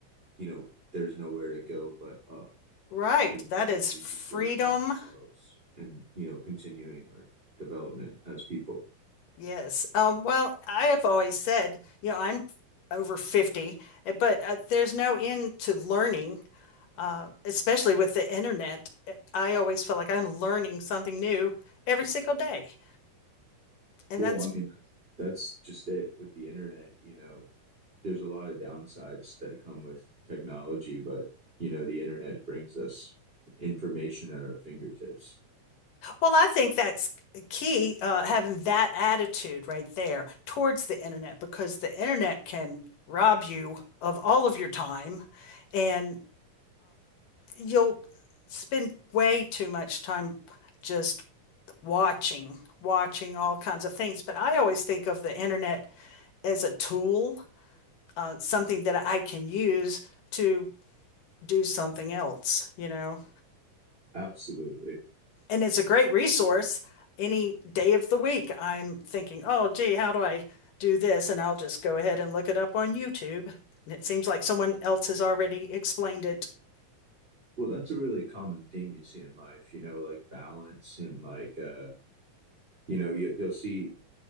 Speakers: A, on the right (about 20°); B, on the left (about 80°).
A: you know there's nowhere to go but up
B: Right.
A: as
B: That
A: long
B: is
A: as we're
B: freedom.
A: just working on ourselves and you know continuing our development as people
B: Yes. Um, well, I have always said, you know, I'm over 50, eh, but uh, there's no end to learning, uh, especially with the internet. I always feel like I'm learning something new every single day. And
A: well
B: that's,
A: i mean that's, that's just it with the internet you know there's a lot of downsides that come with technology, but you know, the internet brings us information at our fingertips.
B: well, I think that's key, uh, having that attitude right there towards the internet, because the internet can rob you of all of your time and you'll spend way too much time just watching, watching all kinds of things. But I always think of the internet as a tool, uh, something that I can use to do something else, you know?
A: Absolutely.
B: And it's a great resource any day of the week. I'm thinking, oh, gee, how do I do this? And I'll just go ahead and look it up on YouTube. And it seems like someone else has already explained it.
A: Well, that's a really common theme you see in life, you know, like balance and like uh, you know, you, you'll see